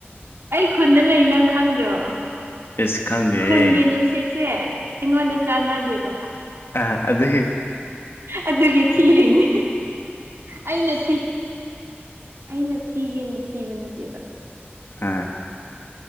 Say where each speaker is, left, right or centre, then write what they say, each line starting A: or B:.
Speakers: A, on the right; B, on the left.
A: ꯑꯩ ꯈꯨꯗ ꯂꯩ ꯅꯪ ꯈꯪꯗ꯭ꯔꯣ
B: ꯏꯁ ꯈꯪꯗꯦꯍꯦ
A: ꯈꯨꯟꯒꯤ ꯅꯨꯡꯁꯤꯠꯁꯦ ꯑꯩꯉꯣꯟꯗ ꯆꯥꯟꯅꯗꯦꯕ
B: ꯑ ꯑꯗꯨꯗꯦ
A: ꯑꯗꯨꯒꯤ ꯊꯤꯔꯤꯅꯦ ꯑꯩꯅ ꯊꯤ ꯑꯩꯅ ꯊꯤꯒꯦꯅ ꯊꯤꯕ ꯅꯠꯇꯦꯕ
B: ꯑ